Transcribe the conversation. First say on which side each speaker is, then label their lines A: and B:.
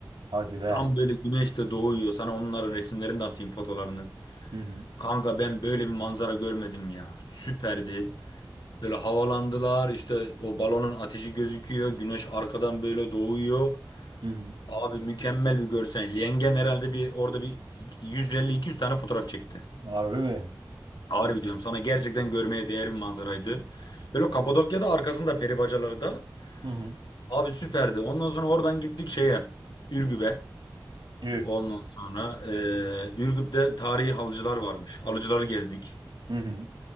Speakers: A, on the right; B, on the left.
A: Hadi be.
B: Tam böyle güneş de doğuyor. Sana onların resimlerini de atayım fotolarını.
A: Hı hı.
B: Kanka ben böyle bir manzara görmedim ya. Süperdi. Böyle havalandılar işte o balonun ateşi gözüküyor. Güneş arkadan böyle doğuyor.
A: Hı hı.
B: Abi mükemmel bir görsel. Yengen herhalde bir orada bir 150-200 tane fotoğraf çekti.
A: Harbi mi?
B: Harbi diyorum sana gerçekten görmeye değer bir manzaraydı. Böyle Kapadokya'da arkasında peri bacaları da.
A: Hı hı.
B: Abi süperdi. Ondan sonra oradan gittik şeye. Ürgüp'e.
A: Üf.
B: Ondan sonra eee Ürgüp'te tarihi halıcılar varmış. Halıcıları gezdik.
A: Hı hı.